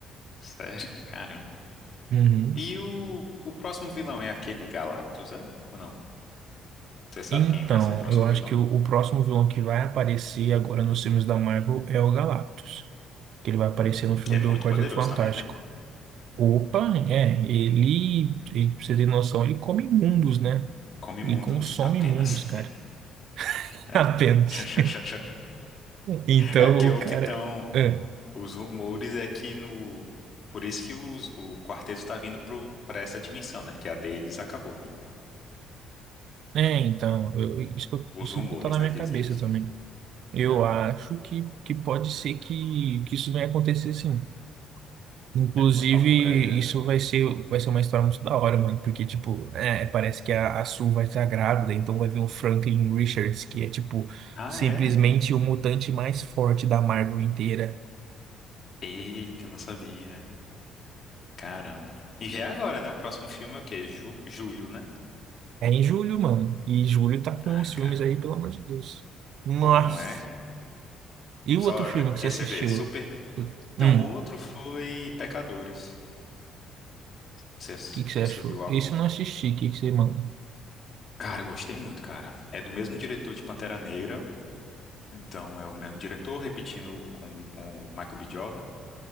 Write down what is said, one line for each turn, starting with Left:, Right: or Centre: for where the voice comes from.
Left: Sério? Caramba.
Right: Uhum.
Left: E o, o próximo vilão é aquele Galactus, é? Ou não? Você sabe
Right: Então,
Left: quem vai ser o próximo
Right: eu acho
Left: vilão?
Right: que o, o próximo vilão que vai aparecer agora nos filmes da Marvel é o Galactus. Que ele vai aparecer
Left: Hum,
Right: no filme
Left: que é muito
Right: do Quarteto
Left: poderoso
Right: Fantástico.
Left: também, né?
Right: Opa, é, ele, ele, pra você ter noção, ele come mundos, né?
Left: Come
Right: Ele
Left: mundo,
Right: consome
Left: né? apenas.
Right: mundos, cara. <laughs>
Left: É.
Right: Apenas.
Left: <laughs>
Right: Então,
Left: É, porque
Right: o
Left: o
Right: cara.
Left: que estão.
Right: É,
Left: Os rumores é que no. Por isso que os- o quarteto tá vindo pro, pra essa dimensão, né? Porque a deles acabou, né?
Right: é, então, eu- isso, que eu-
Left: Os
Right: isso
Left: rumores,
Right: que tá na
Left: né?
Right: minha
Left: Dizem
Right: cabeça
Left: isso.
Right: também. Eu
Left: É,
Right: acho que, que pode ser que, que isso venha acontecer sim. Inclusive,
Left: é por- algo por aí, né?
Right: isso vai ser, vai ser uma história muito da hora, mano. Porque, tipo, é, parece que a, a Sue vai estar grávida, então vai vir o Franklin Richards, que é, tipo,
Left: Ah,
Right: simplesmente
Left: é?
Right: o mutante mais forte da Marvel inteira.
Left: Eita, não sabia. Caramba. E já é agora, né? O próximo filme é o quê? Ju- julho, né?
Right: É em julho, mano. E julho tá com
Left: Ai,
Right: os
Left: cara.
Right: filmes aí, pelo amor de Deus. Nossa.
Left: Pois não é?
Right: E
Left: Só
Right: o outro filme que
Left: que
Right: você assistiu?
Left: você vê, super.
Right: Tu-
Left: Então,
Right: Hum,
Left: o outro
Right: o
Left: foi Pecadores. Você, assi-
Right: que que você
Left: você
Right: achou?
Left: viu algo?
Right: Esse eu não assisti, o que que você manda?
Left: Cara, eu gostei muito, cara. É do mesmo diretor de Pantera Negra. Então, é o mesmo diretor, repetindo com, com o Michael B. Jordan.